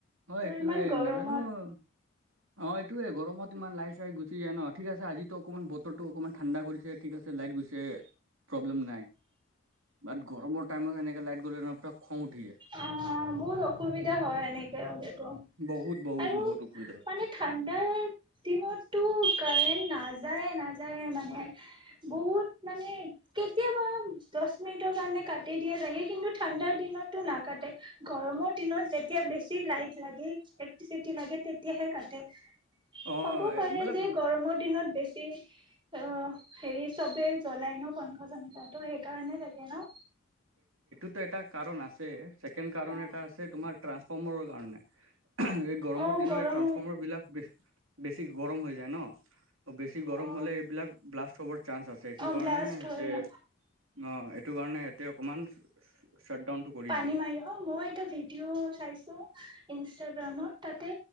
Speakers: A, on the right (about 90°); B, on the right (about 25°).
A: অ এইটোৱে
B: ইমান গৰমত
A: নেজানো অ এইটোয়ে গৰমত ইমান লাইট চাইট গুচি যায় ন ঠিক আছে আজিতো অকণমান বতৰটো অকমান ঠাণ্ডা কৰিছে ঠিক আছে লাইট গৈছে প্ৰব্লেম নাই বাট গৰমৰ টাইমত এনেকে লাইট গ'লে ন পুৰা খং উঠি যায়
B: অ বহুত অসুবিধা হয় এনেকে হ'লে আৰু
A: বহুত বহুত বহুত অসুবিধা হয়
B: মানে ঠাণ্ডাৰ দিনত টো কাৰেণ্ট নাযায়ে নাযায়ে মানে বহুত মানে কেতিয়াবা দচ মিনিটৰ কাৰণে কাটি দিয়া ছাগে কিন্তু ঠাণ্ডাৰ দিনতটো নাকাটে গৰমৰ দিনত যেতিয়া বেছি লাইট লাগে ইলেক্ট্ৰিচিটি লাগে তেতিয়াহে কাটে
A: অ
B: হ'ব পাৰে
A: মতলব
B: যে গৰমৰ দিনত বেছি হেৰী অ হেৰী চবে জ্বলাই ন পাংখা চাংখা ত সে কাৰণে থাকে ন
A: টো এটা কাৰণ আছে ছেকেণ্ড কাৰণ
B: অ
A: এটা আছে তোমাৰ ট্ৰান্সফৰ্মৰৰ কাৰণে উমহ উমহ এই গৰমৰ
B: অ
A: দিনৰ
B: গৰম
A: এই ট্ৰানঞ্চফৰ্মাৰ বিলাক বেছি বেছি গৰম হৈ যায় ন বেছি গৰম
B: অ
A: হ'লে এইবিলাক ব্লাষ্ট হ'বৰ চান্স আছে এইটো
B: অ
A: কাৰণে
B: ব্লাষ্ট
A: সেতে
B: হয় ন
A: অ এইটো কাৰণে ইয়াতে অকমান শ্বাটডাউনটো কৰি
B: পানী
A: দিয়ে
B: মাৰি অ মই এটা ভিডিঅ' চাইছোঁ ইনষ্টাগ্ৰামত তাতে